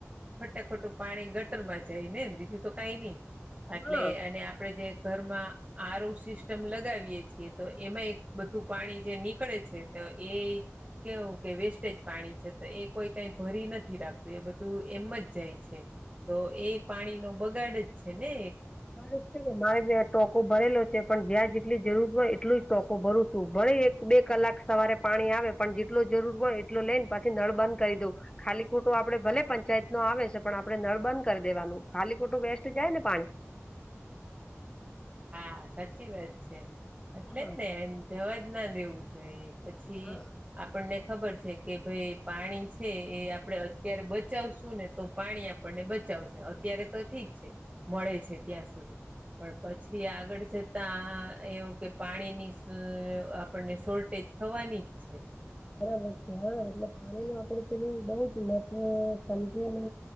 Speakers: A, on the right; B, on the left.
A: ખટા ખટું પાણી ગટર માં જાય નેને બીજું તો કઈ નહી,
B: હા
A: એટલે અને આપણેે જે ઘરમાં આરો ઓ સિસ્ટમ લગાવીએ છીએ તો એમાં એક બધું પાણી જે નીકળે છે તો એ કેવું કે વેસ્ટેજ પાણી છે તો એ કોઈ કઈ ભરી નથી રાખતું એ બધું એમ જ જાય છે. તો એ પાણીનોો બગાડ જ છે ને.
B: બગડ જ છે કે મારે બ આ ટોકો ભરેલો છે પણ જ્યાં જેટલી જરૂર હોય એટલું જ ટાકો ભરું છું ભરે એક બે કલાક સવારે પાણી આવે પણ જેટલો જરૂર હોય એટલો લઈને પછી નળ બંધ કરી દઉં. ખાલી ખોટું આપડે ભલે પંચાયત નો આવે છે પણ આપણે નળ બંધ કરી દેવાનું ખાલી ખોટું બેસ્ટ જાય ને પાણી.
A: હા સાચી વાત છે, એટલે
B: હા
A: જ ને જવા જ ન લેવું જોઈએ પછી
B: હા
A: આપણને ખબર છે કે પાણી છે એ આપણેે અત્યારે બચાવશું ને. તો પાણી આપણને બચાવશે અત્યારે તો ઠીક છે, મળે છે ત્યાં સુધી, પણ પછી જે આગળ જતાં એવું કે પાણીની આપણને શોર્ટેજ થવાની જ છે.
B: બરાબ એ <unintelligible>
A: એમ
B: પાણીને વાપરું તેનું બહુ જ મહત્ સમજી ને